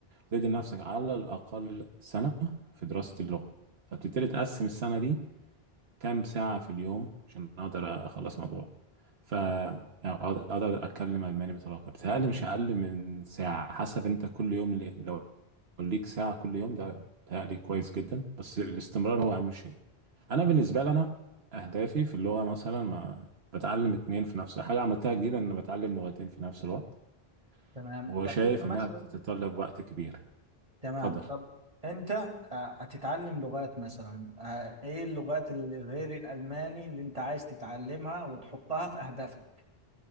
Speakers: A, on the right; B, on the right.
A: تدي لنفسك على الاقل سنه في دراسه اللغه فبتبتدي تقسم السنه دي كام ساعة في اليوم عشان أقدر أخلص الموضوع فأقدر أقدر أتكلم ألماني بطلاقة بتهيألي
B: يعني
A: مش أقل من ساعة حسب أنت كل يوم لي... لو ليك ساعة كل يوم ده بتهيألي كويس جدا بس الاستمرار هو أهم شيء أنا بالنسبة لي أنا أهدافي في اللغة مثلا ما بتعلم اتنين في نفس حاجة عملتها جديدة إن بتعلم لغتين في نفس الوقت
B: تمام
A: وشايف
B: طب انت مثلا
A: إنها بتتطلب وقت كبير
B: تمام
A: اتفضل
B: طب انت آه، هتتعلم لغات مثلا آه، ايه اللغات اللي غير الالماني اللي انت عايز تتعلمها وتحطها في اهدافك